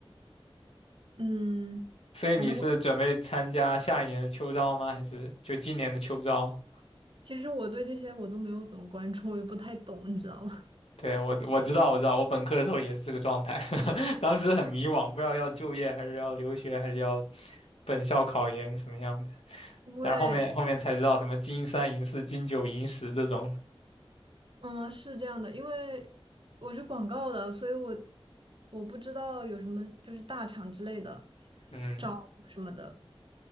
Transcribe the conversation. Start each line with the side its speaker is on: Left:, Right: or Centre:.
Right: 嗯，
Left: 所以你是准备参加下一年的秋招吗？
Right: 反正我
Left: 还是就今年的秋招？
Right: 其实我对这些我都没有怎么关注，我也不太懂，你知道吗？
Left: 对，我我知道，我知道，我本科的时候也是这个状态，<laughs> 当时很迷惘，不知道要就业还是要留学还是要本校考研什么样的，
Right: <laughs> 因为，
Left: 但是后面后面才知道什么金三银四金九银十这种，
Right: 嗯，是这样的，因为我是广告的，所以我我不知道有什么就是大厂之类的
Left: 嗯。
Right: 招什么的，